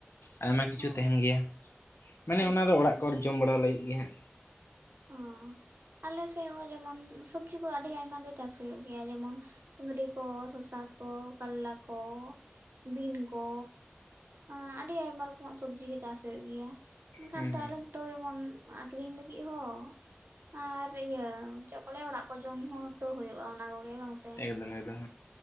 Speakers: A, on the left; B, on the right.
A: ᱟᱭᱢᱟ ᱠᱤᱪᱷᱩ
B: ᱚ
A: ᱛᱟᱦᱮᱱ ᱜᱮᱭᱟ ᱢᱟᱱᱮ
B: ᱟᱪᱪᱷᱟ
A: ᱚᱱᱟ ᱫᱚ ᱚᱲᱟᱜ ᱠᱚ ᱨᱮ ᱡᱚᱢ ᱵᱟᱲᱟ ᱞᱟᱹᱜᱤᱫ ᱜᱮ ᱦᱟᱸᱜ᱾
B: ᱚᱸ ᱟᱞᱮ ᱥᱮᱫ ᱦᱚᱸ ᱡᱮᱢᱚᱱ ᱥᱚᱵᱽᱡᱤ ᱠᱚ ᱟᱹᱰᱤ ᱟᱭᱢᱟ ᱜᱮ ᱪᱟᱥ ᱦᱩᱭᱩᱜ ᱜᱮᱭᱟ᱾ ᱡᱮᱢᱚᱱ ᱠᱩᱸᱫᱽᱨᱤ ᱠᱚ, ᱥᱚᱥᱟ ᱠᱚ, ᱠᱟᱞᱞᱟ ᱠᱚ, ᱵᱤᱢ ᱠᱚ᱾ ᱟᱸᱻ ᱟᱹᱰᱤ ᱟᱭᱢᱟ ᱨᱚᱠᱚᱢᱟᱜ ᱥᱚᱵᱽᱡᱤ ᱜᱮ ᱪᱟᱥ ᱦᱩᱭᱩᱜ ᱜᱮᱭᱟ, ᱢᱮᱱᱱᱠᱷᱟᱱ
A: ᱦᱩᱸ
B: ᱫᱚ
A: ᱦᱩᱸ
B: ᱟᱞᱮ ᱥᱮᱫ ᱫᱚ ᱡᱮᱢᱚᱱ ᱟᱠᱷᱨᱤᱧ ᱞᱟᱹᱜᱤᱫ ᱮᱦᱚ ᱟᱨ ᱤᱭᱟᱹ ᱪᱮᱫ ᱠᱚ ᱞᱮᱭᱟ ᱚᱲᱟᱜ ᱠᱚ ᱡᱚᱢ ᱦᱚᱸ ᱛᱚ ᱦᱳᱭᱳᱜᱼᱟ ᱚᱱᱟ ᱠᱚᱜᱮ ᱵᱟᱝ ᱥᱮ?
A: ᱮᱠᱫᱚᱢ ᱮᱠᱫᱚᱢ